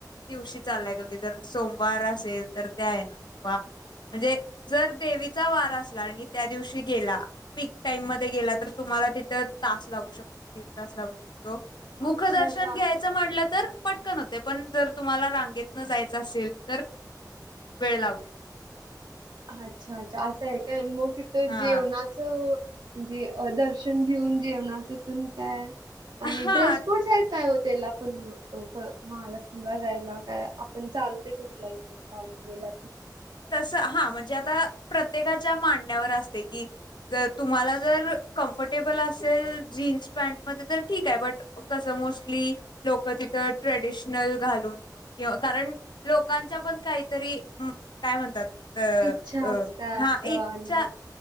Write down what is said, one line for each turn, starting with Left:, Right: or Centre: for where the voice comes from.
Left: दिवशी चाललाय तुम्ही जर सोमवार असेल तर त्या हेना. व्हा. म्हणजे जर देवीचा वार असला आणि त्या दिवशी गेला. पीक टाइम मध्ये गेला तर तुम्हाला तिथं तास लागू शकतो दीड तास लागू शकतो.
Right: अच्छा,
Left: मुख दर्शन
Right: अच्छा
Left: घ्यायचं
Right: असं आहे.
Left: म्हणलं तर. पटकन होते पण जर तुम्हाला रांगेत न जायचं असेल तर वेळ लागू शकतो?
Right: अच्छा! अच्छा! असं आहे काय मग तिथं
Left: हा
Right: जेवणा. जेवणाच म्हणजे दर्शन घेऊन जेवणाच आणि ते काय. आणि
Left: हा
Right: ड्रेस कोडस आहेत. काय होतला पण महालक्ष्मीला जायला काय आपण चालते कुठलाही ड्रेस. घालून गेला की
Left: तस हा म्हणजे आता प्रत्येकाच्या माणण्यावर असते की. जर तुम्हाला जर कम्फर्टेबल असेल जीन्स पॅन्ट तर ठीक आहे. कसं मोस्टली लोक तिथं ट्रेडिशनल घालून. कि कारण लोकांच्या पण काहीतरी काय म्हणतात. अ
Right: इच्छा
Left: अ
Right: असतात
Left: हा
Right: आणि
Left: इच्छा